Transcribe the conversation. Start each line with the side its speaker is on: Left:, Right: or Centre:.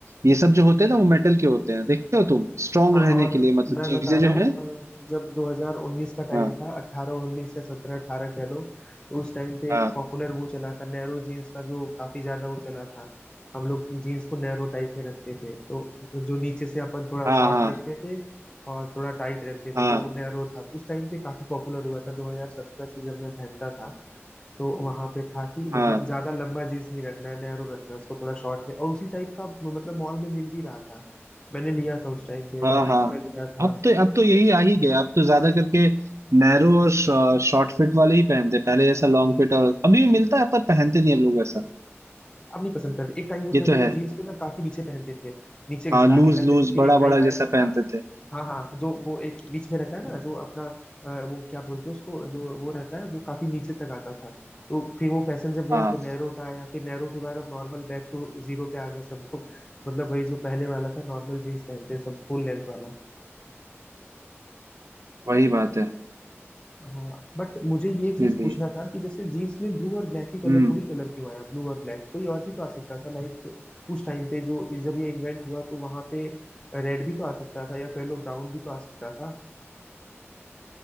Right: ये सब जो होते हैं ना वो मेटल के होते हैं देखते हो तुम स्ट्रांग
Left: हाँ
Right: रहने
Left: और
Right: के लिए मतलब
Left: मैं
Right: चीजें
Left: बता रहा
Right: जो
Left: हूँ
Right: है
Left: अ, जब 2019 का टाइम
Right: हाँ
Left: था 18 19 या 17 18 कह लो तो उस टाइम पे
Right: हाँ
Left: एक पॉपुलर वो चला था नैरो जीन्स का जो काफी ज्यादा वो चला था हम लोग जीन्स को नैरो टाइप में रखते थे तो जो नीचे से अपन थोड़ा
Right: हाँ
Left: शॉर्ट
Right: हाँ
Left: रखते थे और थोड़ा टाइट रखते थे
Right: हाँ
Left: तो नैरो था उस टाइम पे काफी पॉपुलर हुआ था 2017 से जब मैं पहनता था तो वहां पे था कि मतलब
Right: हाँ
Left: ज्यादा लंबा जीन्स नहीं रखना है नैरो रखना है उसको थोड़ा शॉर्ट में और उसी टाइप का मतलब मॉल में मिल भी रहा था मैंने लिया था उस टाइम पे
Right: हाँ
Left: लेवाइस
Right: हाँ
Left: का लिया था
Right: अब तो अब तो यही आ ही गया अब तो ज्यादा करके नैरो और शॉर्ट फिट वाले ही पहनते हैं। पहले जैसा लॉन्ग फिट और अभी भी मिलता है पर पहनते नहीं हम लोग ऐसा
Left: अब नहीं पसंद करते एक टाइम वो
Right: ये
Left: था
Right: तो
Left: कि जब
Right: है
Left: जीन्स को ना काफी नीचे पहनते थे नीचे घसका
Right: हाँ लूज
Left: के पहनते
Right: लूज
Left: थे फिर
Right: बड़ा
Left: एक टाइम
Right: बड़ा
Left: आया
Right: जैसा
Left: कि
Right: पहनते
Left: हाँ
Right: थे
Left: हाँ हाँ जो वो एक बीच में रहता है ना जो अपना अ, वो क्या बोलते हैं उसको जो वो रहता है वो काफी नीचे तक आता था तो फिर वो फैशन जब गया
Right: हाँ
Left: तो नैरो का आया फिर नैरो के बाद अब नॉर्मल बैक टू जीरो पे आ गए सब लोग मतलब वही जो पहले वाला था नॉर्मल जीन्स पहनते सब फुल लेंथ वाला
Right: वही बात है
Left: हाँ बट मुझे ये
Right: इसीलिए
Left: चीज पूछना था कि जैसे जीन्स में ब्लू और ब्लैक ही कलर
Right: हम्म
Left: दो ही कलर क्यों आया ब्लू और ब्लैक कोई और भी तो आ सकता था लाइक उस टाइम पे जो जब ये इन्वेंट हुआ तो वहां पे रेड भी तो आ सकता था या कह लो ब्राउन भी तो आ सकता था